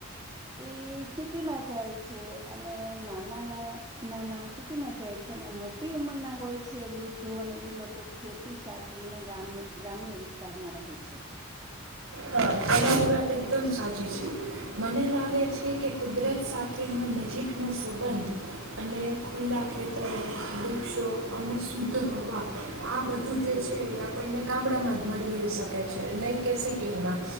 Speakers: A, on the right (about 20°); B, on the right (about 85°).
A: એ સિટીમાં જાય છે અને નાના ના નાના સિટીમાં જાય છે અને મોટી ઉંમરના હોય છે વૃદ્ધો અને એ લોકો ખેતી સાચવીને ગામ ગ્રામ્ય વિસ્તારમાં રહે છે
B: હા તમારી વાત એકદમ સાચી છે મને લાગે છે કે કુદરત સાથેનો નજીકનો સંબંધ અને ખુલ્લા ખેતરો વૃક્ષો અને શુદ્ધ હવા આ બધું જે છે એ આપણને ગામડામાં જ મળી શકે છે નહીં કે સિટીમાં